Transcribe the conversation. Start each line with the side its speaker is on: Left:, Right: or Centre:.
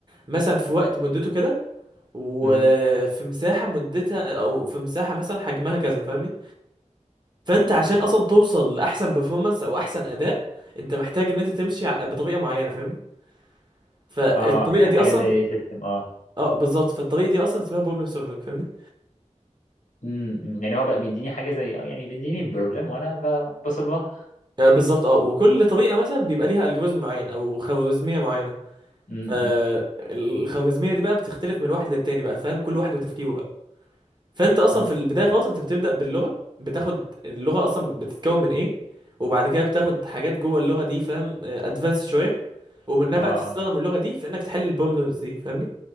Right: مثلا في وقت مدته كده وفي
Left: امم
Right: مساحه مدتها او في مساحه مثلا حجمها كذا فاهمني فانت عشان اصلا توصل لاحسن بيرفورمانس او احسن اداء انت محتاج ان انت تمشي ع- بطريقه معينه فاهمني فالطريقه
Left: اه يعني
Right: دي
Left: حاجة
Right: اصلا
Left: زي سيستم اه
Right: اه بالظبط فالطريقه دي اصلا اسمها بروبلم سولفنج فاهمني
Left: امم أمم. يعني هو بقى بيديني حاجه زي آه، يعني بيديني بروبلم وانا ب- بصلها
Right: آه، بالظبط اه وكل طريقه مثلا بيبقى ليها الجوريزم معين او خوارزميه معينه
Left: امم
Right: فالخوارزميه دي بقى بتختلف من واحد للتاني بقى فاهم كل واحد وتفكيره بقى فانت اصلا
Left: امم
Right: في البدايه خالص انت بتبدا باللغه بتاخد اللغه اصلا بتتكون من ايه وبعد كده بتاخد حاجات جوه اللغه دي فاهم ادفانس شويه ومنها
Left: اه
Right: بقى تستخدم
Left: اه
Right: اللغه دي في انك تحل البروبلمز دي فاهمني